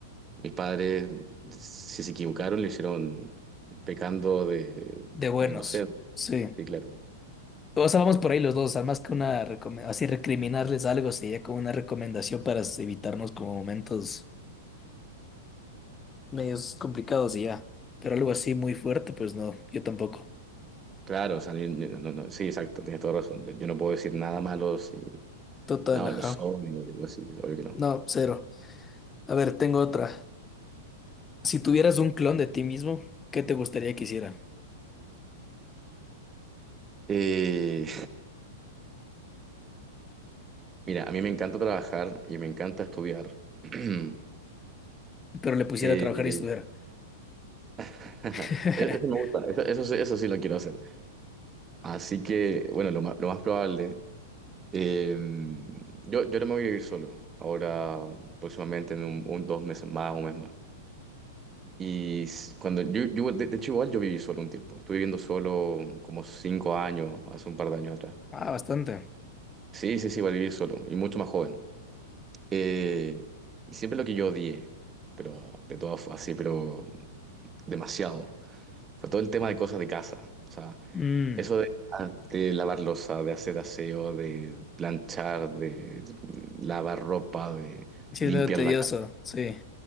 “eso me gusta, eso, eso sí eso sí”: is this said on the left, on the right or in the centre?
Right